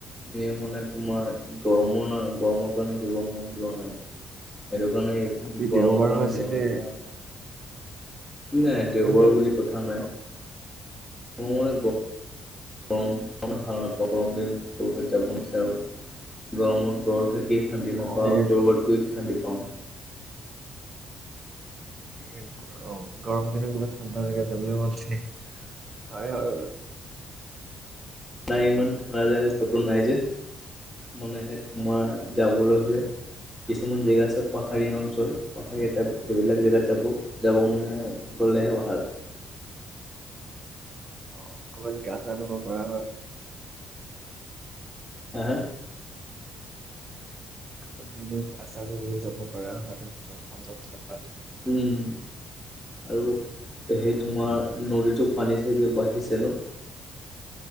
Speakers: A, in the centre; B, on the right (about 40°).
A: দে মানে তোমাৰ গৰমো নাই গৰমকাৰনে যাব মন যোৱা নাই। সটো কাৰণে
B: আজি
A: গৰম
B: দেওবাৰো
A: কাৰণে
B: আছিলে
A: যোৱা নাই যাম। নাই
B: সেইটোৱে
A: দেওবাৰ
B: প্ৰব্লেম
A: বুলি
B: চবৰে
A: কথা নাই মোৰ মানে গ গৰম মই ভাল নাপাওঁ গৰম দিনত ' যাব নিবিচাৰোঁ গৰমত ঘৰত থাকি। খান্দি নাপাওঁ
B: অ এই
A: ক'ৰবাত গৈ খান্দি পাওঁ।
B: এই গৰম গৰম দিনত বহুত ঠাণ্ডা লাগে জেগা হয় হয় বাৰু
A: নাই ইমান ঠাণ্ডা জেগা ক'তো নাই যে মানে তোমাৰ যাবলৈ হ'লে। কিছুমান জেগা আছে পাহাৰীয়া অঞ্চল পাহাৰীয়া এটা সেইবিলাক জেগাত যাব। যাব মানে গ'লেহে ভাল।
B: অ অকণমান গা চা ধুব পাৰা হয়।
A: হা হা।
B: <unintelligible>
A: উম। আৰু সেই তোমাৰ নদীটো পানী চাগৈ বাঢ়িছে ন?